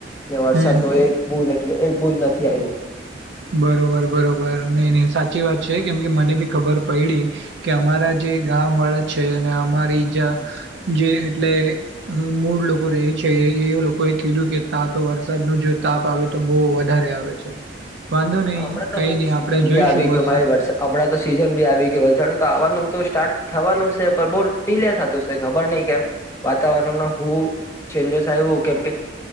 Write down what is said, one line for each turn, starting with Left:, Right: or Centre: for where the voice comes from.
Left: ને વરસાદ
Right: હમ
Left: ન એક બૂ એટલે એક બૂ નથી થી આવ્યો
Right: બરોબર બરોબર નઈ નહી સાચી વાત છે કેમ કે મને બી ખબર પડીડી કે અમારા જે ગામ વાળા છે અને અમારી જા જે એટલે મૂળ લોકો ર છે એ લોકોએ કીધું કે તા તો વરસાદનું જો તાપ આવે તો બહુ વધારે આવે છે વાંધો નહી
Left: હમણાં તો
Right: કઈ
Left: હું
Right: નહી
Left: સીઝન
Right: આપણે જોઈશું
Left: બી આવી
Right: વરસાદ
Left: ગયો ભાઈ વર્ષે હમણાં તો સીઝન બી આવી ગયો હો છે આવવાનું તો સ્ટાર્ટ થવાનું છે પણ બહ ડીલે થતું છે ખબર નહીિ કેમ વાતાવરણમાં હું ચેન્જો સાહે એું કેમ કે